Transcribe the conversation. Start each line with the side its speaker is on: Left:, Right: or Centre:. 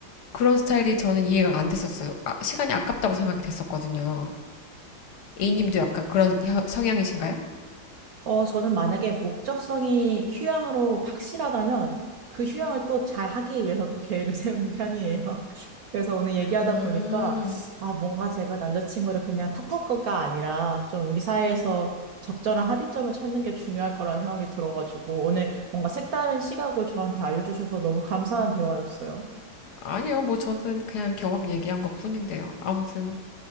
Left: 그런 스타일이 저는 이해가 안 됐었어요. 아, 시간이 아깝다고 생각이 됐었거든요. A님도 약간 그런 혀- 성향이신가요?
Right: 어, 저는 만약에 목적성이 휴양으로 확실하다면 그 휴양을 또 잘 하기 위해서 또 계획을 <laughs> 세우는 편이에요. 그래서 오늘 얘기하다
Left: 음,
Right: 보니까, 아, 뭔가 제가 남자친구를 그냥 탓할 거가 아니라, 좀 우리 사이에서 적절한 합의점을 찾는 게 중요할 거라는 생각이 들어가지고, 오늘 뭔가 색다른 시각을 저한테 알려주셔서 너무 감사한 대화였어요.
Left: 아니요. 뭐 저는 그냥 경험 얘기한 것 뿐인데요. 아무튼,